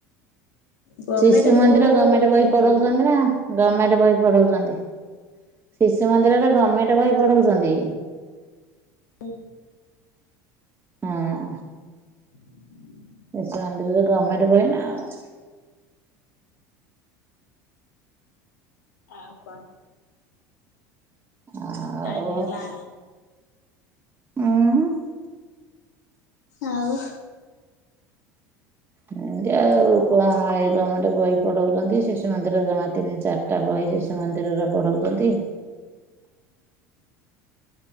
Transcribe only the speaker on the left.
ଗଭର୍ଣ୍ଣମେଣ୍ଟ
ସ୍କୁଲରେ
ସବୁ
ଚେଞ୍ଜ
ହେଇଛି।
ହୁଁ
ହ
ଆ କଣ
ଟାଇମି ହେଲା
ଆଉ
ସୁ ସୁ ସୁ ସୁ